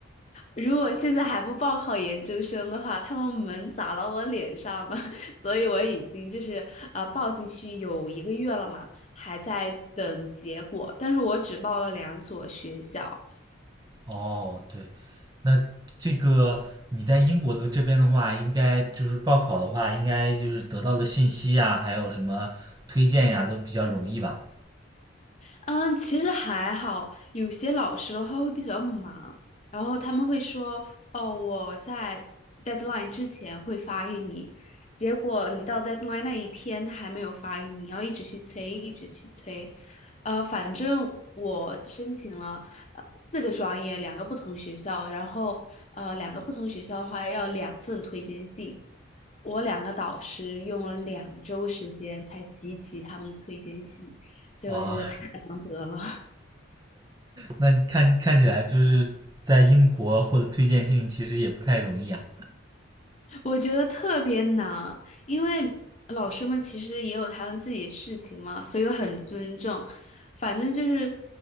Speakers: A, on the left; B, on the right.
A: 如果现在还不报考研究生的话，他们门砸到我脸上了，<laughs> 所以我已经就是啊报进去有一个月了嘛，还在等结果，但是我只报了两所学校。
B: 哦，对，那这个你在英国的这边的话，应该就是报考的话，应该就是得到的信息呀，还有什么推荐呀，都比较容易吧？
A: 嗯，其实还好，有些老师的话会比较忙，然后他们会说，哦，我在 deadline 之前会发给你，结果你到 deadline 那一天他还没有发给你，要一直去催，一直去催。呃，反正我申请了呃四个专业，两个不同学校，然后呃两个不同学校的话要两份推荐信，我两个导师用了两周时间才集齐他们的推荐信，所以我觉得太难得了。
B: 啊，那你看看起来就是在英国获得推荐信其实也不太容易啊。
A: <laughs> 我觉得特别难，因为老师们其实也有他们自己事情嘛，所以我很尊重。反正就是，